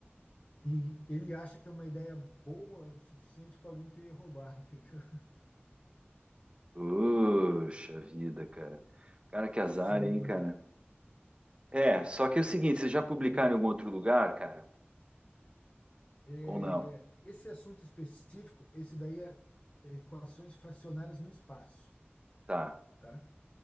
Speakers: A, on the left (about 35°); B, on the right (about 25°).
A: E ele acha que é uma ideia boa o suficiente para alguém querer roubar, <laughs> entendeu?
B: Puxa vida, cara. Cara, que azar,
A: Sim,
B: hein, cara. É, só que é o seguinte, vocês já publicaram
A: pois é.
B: em algum outro lugar, cara?
A: É,
B: Ou não?
A: esse assunto específico, esse daí é, é equações fracionárias no espaço,
B: Tá.
A: tá?